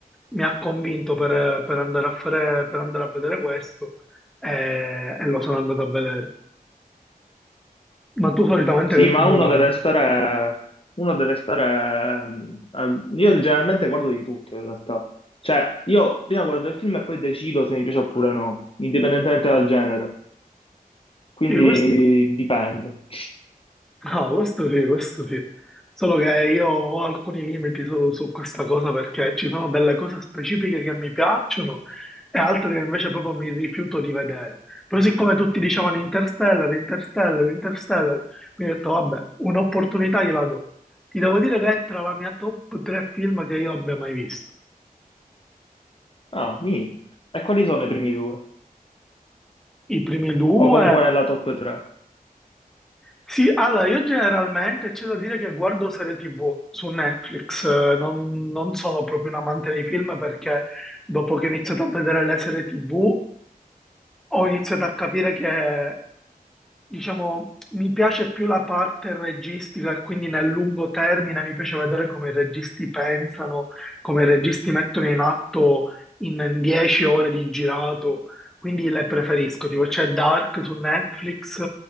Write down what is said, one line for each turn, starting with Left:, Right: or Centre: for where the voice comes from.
Centre: mi ha convinto per, per andare a fare- per andare a vedere questo e, e lo sono andato a vedere. Ma tu solitamente
Left: Sì,
Centre: che film
Left: ma uno
Centre: guardi?
Left: deve stare, uno deve stare, mm, a- io generalmente guardo di tutto in realtà, cioè io prima guardo il film e poi decido se mi piace oppure no, indipendentemente dal genere, quindi
Centre: Sì, questo?
Left: dipende.
Centre: No, questo sì, questo sì. Solo che io ho alcuni limiti su, su questa cosa perché ci sono delle cose specifiche che mi piacciono e altre che invece proprio mi rifiuto di vedere. Però siccome tutti dicevano Interstellar, Interstellar, Interstellar, mi ho detto, vabbè, un'opportunità gliela do. Ti devo dire che è tra la mia top 3 film che io abbia mai visto.
Left: Ah, mi. E quali sono i primi due?
Centre: I primi due
Left: O comunque nella top 3?
Centre: Sì, allora io generalmente c'è da dire che guardo serie TV su Netflix, eh, non, non sono proprio un amante dei film perché dopo che ho iniziato a vedere le serie TV ho iniziato a capire che Diciamo, mi piace più la parte registica e quindi nel lungo termine mi piace vedere come i registi pensano, come i registi mettono in atto in 10 ore di girato, quindi le preferisco, tipo c'è Dark su Netflix